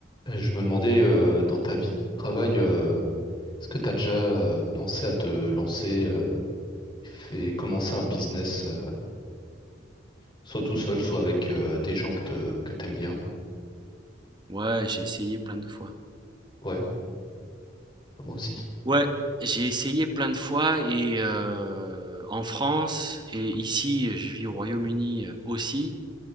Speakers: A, on the left (about 25°); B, on the right (about 25°).
A: Euh, Je me demandais, euh, dans ta vie de travail, euh, est-ce que tu as déjà euh, pensé à te lancer euh, et commencer un business, euh, soit tout seul, soit avec euh, des gens que te, que t'aimes bien?
B: Ouais, j'ai essayé plein de fois.
A: Ouais, moi aussi.
B: Ouais, j'ai essayé plein de fois et euh, en France et ici, je vis au Royaume-Uni euh, aussi.